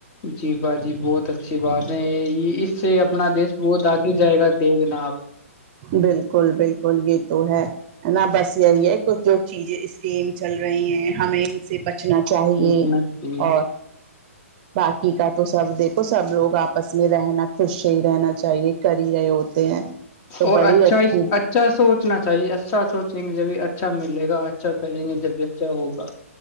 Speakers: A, on the left (about 30°); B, on the right (about 40°).
A: جی با جی بہت اچھی بات ہے یہ یہ اس سے اپنا دیش بہت آگے جائے گا دیکھناا آپ
B: بالکل بالکل یہ تو ہے ہے نا بس یہی ہے جو چیزیں اسکیم چل رہی ہیں ہمیں ان سے بچنا چاہیے
A: سوچنا چاہیے
B: اور باقی کا تو سب دیکھو سب لوگ آپس میں رہنا خوش ہی رہنا چاہیے کر ہی رہے ہوتے ہیں تو
A: اور
B: بڑی
A: اچھا
B: اچھی
A: اچھا سوچنا چاہیے اچھا سوچیں گے جبھی اچھا ملے گا اچھا کریں گے جب بھی اچھا ہوگا